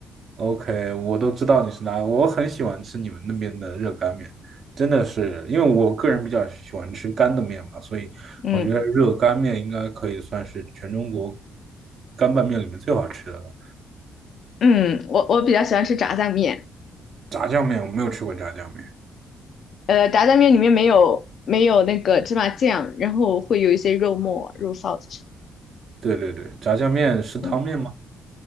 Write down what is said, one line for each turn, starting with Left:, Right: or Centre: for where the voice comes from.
Right: ？OK，我都知道你是哪，我很喜欢吃你们那边的热干面，真的是因为我个人比较喜欢吃干的面嘛，所以我觉得热干面应该可以算是全中国
Left: 嗯
Right: 干拌面里面最好吃的了。
Left: 嗯，我我比较喜欢吃炸酱面，
Right: 炸酱面我没有吃过炸酱面。
Left: 呃，炸酱面里面没有没有那个芝麻酱，然后会有一些肉末、肉臊子什
Right: 对对对，炸酱面是汤面吗？
Left: 么，嗯，